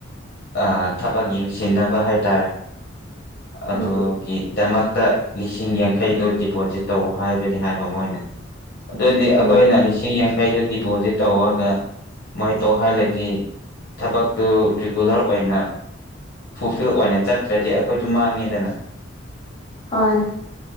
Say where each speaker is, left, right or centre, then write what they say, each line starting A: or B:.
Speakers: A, on the left; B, on the left.
A: ꯑꯥ ꯊꯕꯛ ꯌꯦꯡꯁꯤꯟꯅꯕ ꯍꯥꯏꯇꯥꯔꯦ ꯑꯗꯨꯒꯤ
B: ꯎꯝ
A: ꯗꯃꯛꯇ ꯂꯤꯁꯤꯡ ꯌꯥꯡꯈꯩꯗꯣ ꯗꯤꯄꯣꯖꯤꯠ ꯇꯧ ꯍꯥꯏꯕꯗꯤ ꯍꯥꯏꯕ ꯃꯣꯏꯅ ꯑꯗꯨꯗꯤ ꯑꯩꯈꯣꯏꯅ
B: ꯎꯝ
A: ꯂꯤꯁꯤꯡ ꯌꯥꯡꯈꯩꯗꯨ ꯗꯤꯄꯣꯖꯤꯠ ꯇꯧꯑꯒ ꯃꯣꯏ ꯇꯣꯛꯍꯜꯂꯗꯤ ꯊꯕꯛꯇꯨ ꯔꯤꯒꯨꯂꯔ ꯑꯣꯏꯅ ꯐꯨꯜꯐꯤꯜ ꯑꯣꯏꯅ ꯆꯠꯇ꯭ꯔꯗꯤ ꯑꯩꯈꯣꯏꯁꯨ ꯃꯥꯡꯉꯦꯗꯅ
B: ꯍꯣꯏ